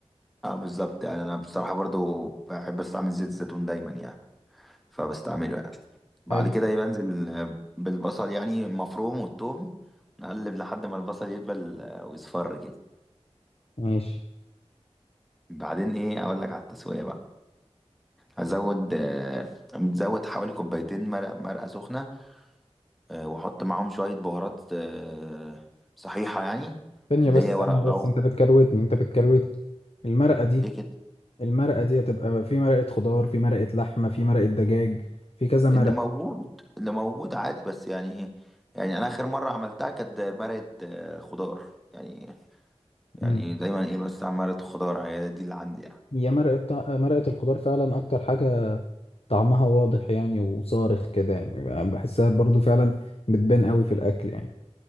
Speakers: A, in the centre; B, on the left.
A: اه بالظبط يعني انا بصراحه برضو بحب استعمل زيت الزيتون دايما يعني فبستعمله يعني بعد
B: حلو
A: كده ايه بنزل آه، بالبصل يعني مفروم والثوم نقلب لحد ما البصل يدبل آه، ويصفر كده
B: ماشي
A: بعدين ايه اقول لك على التسويه بقى هزود آه، متزود حوالي كوبايتين مرق مرقه سخنه آه، واحط معاهم شويه بهارات آه، صحيحه يعني
B: ثانية
A: اللي
B: بس
A: هي ورق
B: ثانية
A: لو
B: بس انت بتكروتني انت بتكروتني المرقة دي
A: ليه كده
B: المرقة دي هتبقى في مرقة خضار في مرقة لحمة في مرقة دجاج في كذا مرقة
A: اللي موجود اللي موجود عادي بس يعني ايه يعني انا اخر مره عملتها كانت مرقه آه، خضار يعني يعني
B: امم
A: دايما ايه بس عن مرقه خضار هي دي اللي عندي يعني
B: هي مرقة طع- مرقة الخضار فعلا أكتر حاجة طعمها واضح يعني وصارخ كده يعني بحسها برضو فعلا بتبان قوي في الأكل يعني